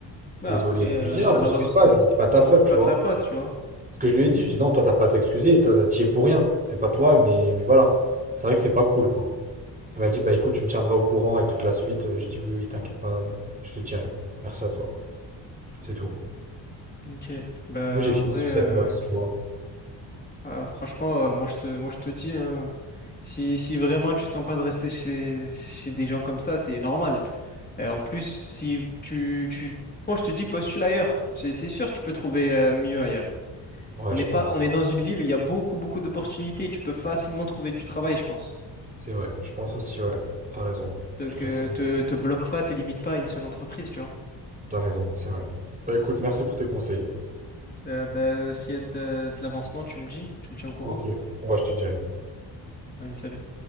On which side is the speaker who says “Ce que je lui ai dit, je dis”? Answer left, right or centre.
Right